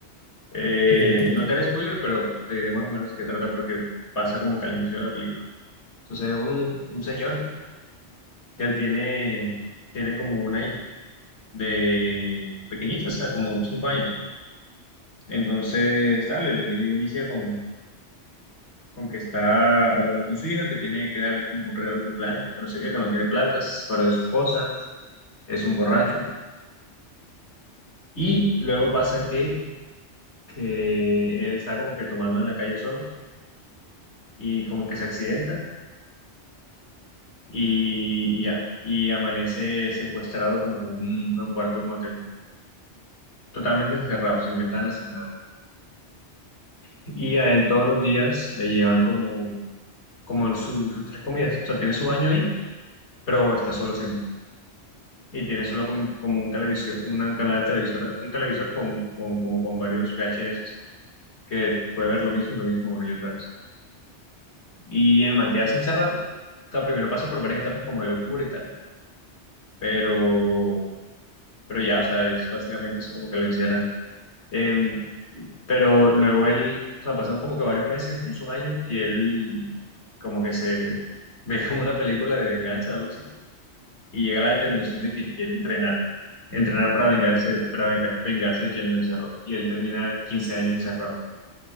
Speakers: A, on the left; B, on the right.
A: Eh,
B: ¿De qué se trata?
A: no te haré spoiler, pero te diré más o menos de qué trata porque pasa como que al inicio de la película. Entonces es un, un señor que él tiene, tiene como una hija de pequeñita, o sea, como cinco años. Entonces, tal, él, él inicia con, con que está hablando con su hija, que tiene que darle como un regalo de cumpleaños, que no sé qué, que no tiene platas para su esposa, es un borracho. Y luego pasa que, que él está como que tomando en la calle solo y como que se accidenta y, y ya, y amanece secuestrado como en un, en un cuarto de un hotel, totalmente encerrado, sin ventanas, sin nada. Y a él todos los días le llevan como, como su- sus tres comidas. O sea, tiene su baño ahí, pero está solo siempre. Y tiene solo como, como un televisión, una- un canal de televisor, un televisor con, con, como con varios VHS que puede ver lo mismo y lo mismo una y otra vez. Y el man queda así encerrado. O sea, primero pasa por varias etapas como de locura y tal. Pero, pero ya, o sea, es básicamente es como que lo encierran. Em, pero luego él, o sea, pasan como que varios meses, incluso un año, y él como que se <laughs> ve como una película de venganza o algo así. Y llega a la determinación de que quiere entrenar. Entrenar para vengarse, para venga- vengarse de quien lo encerró. Y él termina 15 años encerrado.